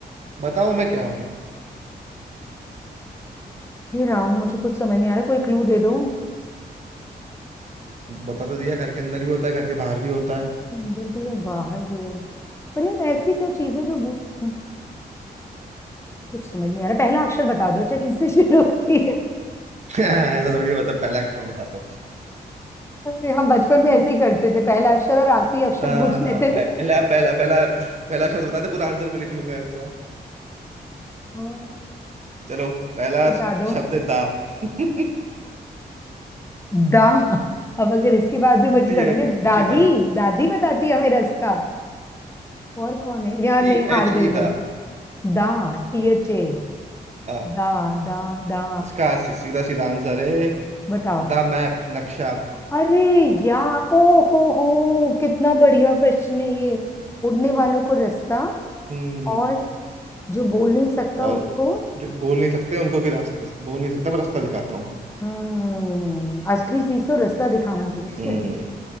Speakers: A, on the right; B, on the left.
A: बताओ मैं क्या हूँ
B: ये राम मुझे कुछ समझ नहीं आ रहा कोई क्लू दे दो
A: बता तो दिया घर के अंदर भी होता है घर के बाहर भी होता है
B: अंदर भी है बाहर भी है पर यार ऐसी क्या चीज है जो वो- हम्म, कुछ समझ नहीं आ रहा पहला अक्षर बता दो चाहे किससे शुरू होती है
A: <laughs> ऐसा थोड़ी होता है, पहला अक्षर बता दो
B: अरे, हम बचपन में ऐसे
A: <laughs>
B: ही करते थे पहला अक्षर और आखिरी अक्षर
A: आ,
B: पूछ लेते
A: पहला
B: थे
A: पहला पहला पहला शब्द बता दे पूरा आंसर मैं लिख लूंगा ऐसा
B: हाँ,
A: चलो पहला
B: बता दो
A: शब्द है दा <laughs>
B: दा अब अगर इसके बाद भी मुझे
A: T
B: समझ
A: H
B: नहीं दादी
A: E the
B: दादी बताती है हमें रास्ता और कौन है यार नहीं
A: T
B: हार
A: H
B: गई
A: E
B: मैं
A: the
B: दा टी एच ए
A: आ,
B: दा दा दा
A: इसका सी- सीधा सीधा आंसर है
B: बताओ
A: द मैप नक्शा
B: अरे यार ओ हो हो कितना बढ़िया क्वेश्चन है ये उड़ने वालों को रास्ता
A: हम्म
B: और जो बोल नहीं सकता
A: और
B: उसको
A: जो बोल नहीं सकते उनको भी रास्ता बोल नहीं सकता पर रास्ता दिखाता हूँ
B: हम्म असली चीज तो रास्ता दिखाना थी शिट
A: हम्म